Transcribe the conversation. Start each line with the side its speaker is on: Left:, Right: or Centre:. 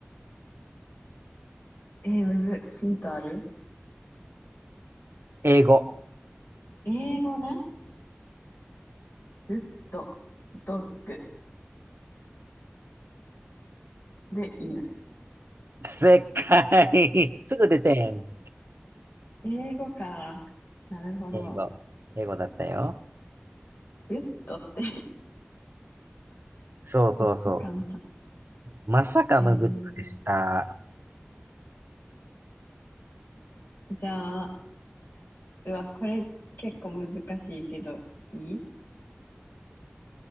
Left: ぁえー、むずい。ヒントある
Right: 英語。
Left: 英語ね。グッド、ドッグで犬。
Right: 正解。<laughs> すぐ出てん。
Left: 英語か。なるほど。
Right: 英語。英語だったよ。
Left: グッドって
Right: そうそうそ
Left: <laughs> めっちゃ簡単。
Right: う。まさかのグッドでした。
Left: えー、じゃあ、うわ、これ結構難しいけど、いい